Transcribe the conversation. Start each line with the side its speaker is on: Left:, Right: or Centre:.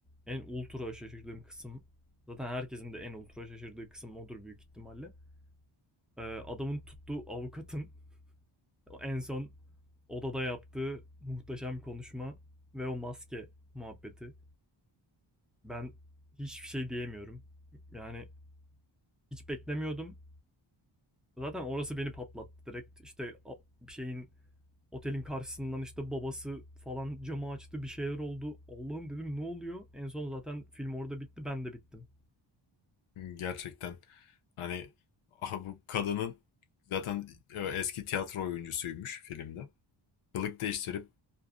Centre: en ultra şaşırdığım kısım, zaten herkesin de en ultra şaşırdığı kısım odur büyük ihtimalle. Ee, adamın tuttuğu avukatın <laughs> en son odada yaptığı muhteşem konuşma ve o maske muhabbeti. Ben hiçbir şey diyemiyorum. Yani hiç beklemiyordum Zaten orası beni patlattı direkt. İşte bir şeyin otelin karşısından işte babası falan camı açtı bir şeyler oldu. Allah'ım dedim ne oluyor? En son zaten film orada bitti ben de bittim.
Left: Gerçekten hani aha bu kadının zaten e, eski tiyatro oyuncusuymuş filmde. Kılık değiştirip